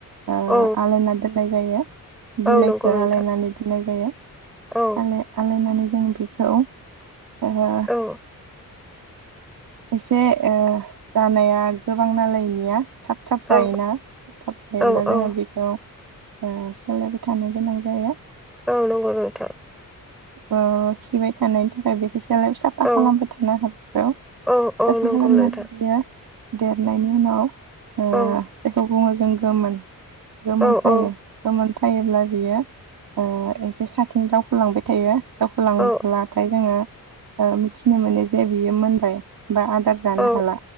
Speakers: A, on the right; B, in the centre.
A: ओ
B: औ
A: आलायना दोननाय जायो बिलाइखौ
B: औ नंगौ नोंथां
A: आलायनानै दोननाय जायो
B: औ
A: आलायनानै जों बेखौ ओ
B: औ
A: एसे ओ जानाया गोबां नालाय इनिया थाब थाब जायोना
B: औ
A: थाब थाब जायोब्ला
B: औ औ
A: जोङो बेखौ ओ सोलायबाय थानो गोनां जाया
B: औ नंगौ नोंथां
A: अ खिबाय थानायनि थाखाय बेखौ लाय साफा खालामबाय
B: औ
A: थानो नांगौ साफा
B: औ औ नंगौ
A: खालामनानै
B: नोंथां
A: बियो देरनायनि उनाव ओ
B: औ
A: जायखौ बुङो जों गोमोन गोमोन
B: औ
A: फायो
B: औ
A: गोमोन थायोब्ला बियो ओ एसे साथिं दाउखौ लांबाय थायो दावखोलांब्लाथाय
B: औ
A: जोङो ओ मिथिनो मोनो जे बियो मोनबाय बा आदार जानो
B: औ
A: हाला